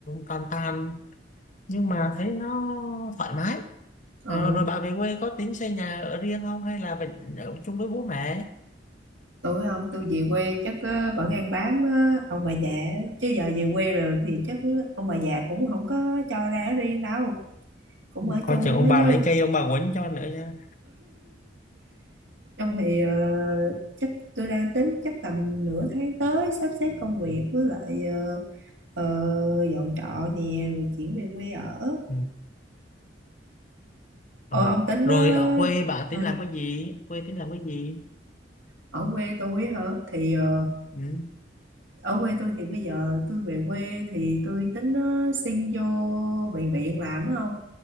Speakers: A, on the left; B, on the right.
A: tàn tàn nhưng mà thấy nó thoải mái
B: ừ
A: Ờ, rồi bạn về quê có tính xây nhà ở riêng không hay là vẫn ở chung với bố mẹ
B: tôi không tôi về quê chắc ờ, vẫn ăn bám ờ, ông bà già á. chứ giờ về quê rồi thì chắc ờ, ông bà già cũng không có cho ra ở riêng đâu cũng ở
A: coi
B: chung
A: chừng ông
B: với
A: bà
B: chứ
A: lấy cây ông bà quấn cho nữa nha
B: Trong thì ờ, chắc tôi đang tính chắc tầm nửa tháng tới sắp xếp công việc với lại ờ, ờ, dọn trọ nè rồi chuyển về quê ở.
A: ừ.
B: Ờ
A: ờ.
B: ông tính
A: rồi
B: ờ,
A: ở quê bạn tính
B: hả?
A: làm cái gì quê tính làm cái gì
B: ở quê tôi á hả thì ờ,
A: ừ.
B: ở quê tôi thì bây giờ tôi về quê thì tôi tính ờ, xin vô bệnh viện làm á không